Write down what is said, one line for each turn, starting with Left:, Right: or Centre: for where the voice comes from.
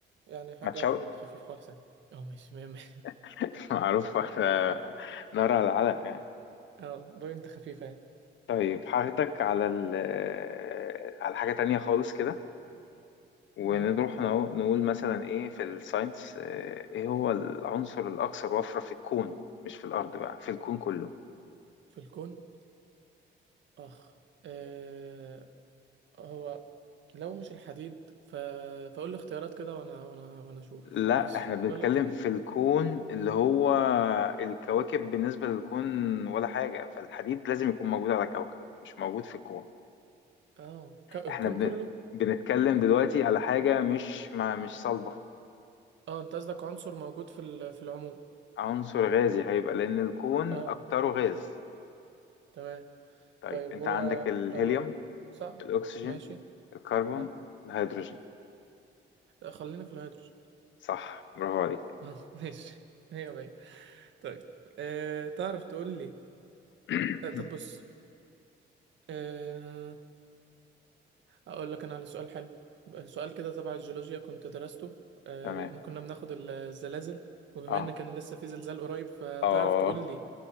Right: يعني حاجة
Left: ما تشوقي
Right: في الخفيف خالص يعني اه ماشي مية مية
Left: <laughs> معروف آه، نار على العلم يعني
Right: <laughs> اه بوي انت خفيفة يعني
Left: طيب هاخدك على ال آه، على حاجة تانية خالص كده ونروح
Right: طيب
Left: نقو- نقول مثلا ايه في الساينس آه، ايه هو العنصر الأكثر وفرة في الكون مش في الأرض بقى في الكون كله
Right: في الكون اخ آه هو لو مش الحديد ف... فقول لي اختيارات كده وانا وانا وانا اشوف
Left: لا
Right: ماشي
Left: احنا بنتكلم
Right: <laughs> قول لي اختيارات
Left: في الكون اللي هو الكواكب بالنسبة للكون ولا حاجة فالحديد لازم يكون موجود على كوكب مش موجود في الكون
Right: اه ك... الكون
Left: احنا بن...
Right: كله
Left: بنتكلم دلوقتي على حاجة مش ما مش صلبة
Right: اه انت قصدك عنصر موجود في ال... في العموم
Left: عنصر غازي هيبقى لأن الكون
Right: اه
Left: أكتره غاز
Right: تمام
Left: طيب
Right: طيب
Left: أنت
Right: هو
Left: عندك الهيليوم
Right: هو صح
Left: الأكسجين
Right: ماشي
Left: الكربون
Right: اه
Left: الهيدروجين
Right: خلينا في الهيدروجين
Left: صح برافو عليك
Right: اه <laughs> ماشي هي بعيد طيب آه تعرف تقول لي
Left: <clears throat>
Right: آه طب بص آه، هقول لك انا على سؤال حلو سؤال كده تبع الجيولوجيا كنت درسته آه
Left: تمام
Right: لما كنا بناخد ال- الزلازل وبما
Left: اه
Right: ان كان لسه في زلزال قريب فتعرف
Left: اه
Right: تقول لي